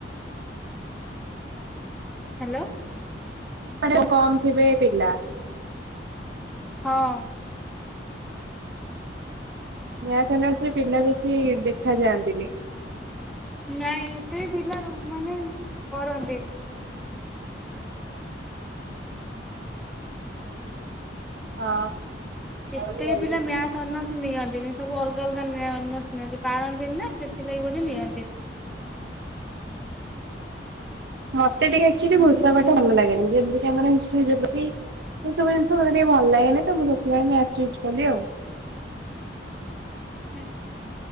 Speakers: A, in the centre; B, on the right.
A: ହ୍ୟାଲୋ।
B: ମାନେ କମ ଥିବେ ପିଲା?
A: ହଁ।
B: ମ୍ୟାଥ ଅନର୍ସରେ ପିଲା ବେଶୀ ଦେଖା ଯାଆନ୍ତିନି।
A: ନାଇଁ ଏତେ ପିଲାରୁ ମାନେ କରନ୍ତିନି।
B: ହଁ। ମତେ
A: ଏତେବି ପିଲା ମ୍ୟାଥ ଅନର୍ସ ନିଅନ୍ତିନି ସବୁ ଅଲଗା ଅଲଗା ଅନର୍ସ ନିଅନ୍ତି ପାରନ୍ତିନି ନା? ଏଥିଲାଗି ବୋଲି ନିଅନ୍ତିନି।
B: ମତେ ଟିକେ ଆକ୍ଚୁଆଲି ଘୋଷା ପାଠ ଭଲ ଲାଗେନି ଯେମିତି ଆମ ହିଷ୍ଟ୍ରୀ, ଯୋଗ୍ରାଫି। ଏଇସବୁ ଜିନିଷ ମତେ ଟିକେ ଭ ଲାଗେନି ତ ମୁଁ ସେଥିପାଇଁ ମ୍ୟାଥ ଚୁଜ କଲି ଆଉ
A: ଆଛା।